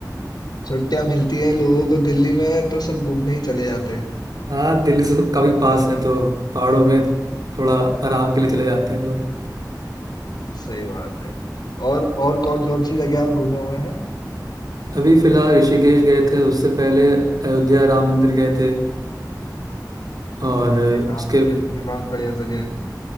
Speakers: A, on the left (about 70°); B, on the right (about 65°).
A: छुट्टियाँ मिलती हैं लोगों को दिल्ली में तो सब घूमने ही चले जाते हैं।
B: हाँ दिल्ली से सब काफी पास है तो पहाड़ों में थोड़ा आराम के लिए चले जाते हैं लोग
A: सही बात है। और और कौन-कौन सी जगह आप घूमे हुए हैं?
B: अभी फिलहाल ऋषिकेश गए थे उससे पहले अयोध्या राम मंदिर गए थे और उसके
A: अरे राम मंदिर भी बहुत बढ़िया जगह है।